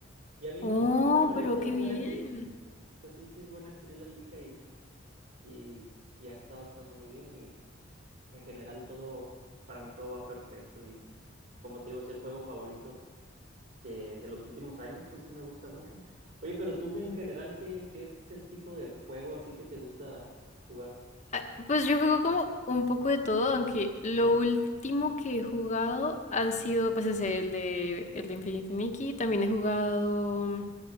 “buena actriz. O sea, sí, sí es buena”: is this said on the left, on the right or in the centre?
Right